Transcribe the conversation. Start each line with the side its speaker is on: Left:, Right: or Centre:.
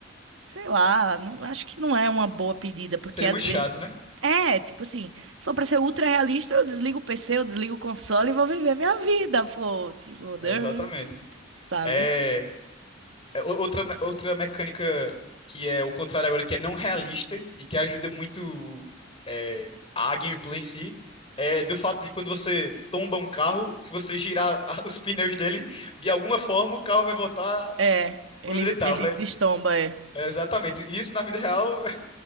Right: sei lá, não, acho que não é uma boa pedida, porque
Left: Seria
Right: às
Left: muito chato,
Right: vezes
Left: né?
Right: É, tipo assim, só pra ser ultra realista, eu desligo o PC, eu desligo o console e vou viver minha vida, pô. Tipo, né,
Left: Exatamente.
Right: sabe?
Left: É. é, o- outra, me- outra mecânica que é o contrário agora, que é não realista e que ajuda muito é, a gameplay em si, é do fato de quando você tomba um carro, se você girar <laughs> a- os pneus dele, de alguma forma o carro vai voltar
Right: É, ele,
Left: por onde ele estava,
Right: ele destomba,
Left: né?
Right: é.
Left: É, Exatamente. E Isso na vida real <laughs> é